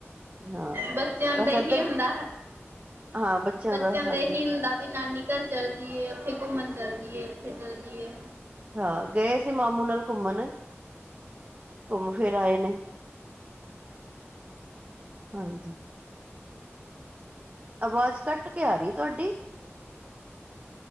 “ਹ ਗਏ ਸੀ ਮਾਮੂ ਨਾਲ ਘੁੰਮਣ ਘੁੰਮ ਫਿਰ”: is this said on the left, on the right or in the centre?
Right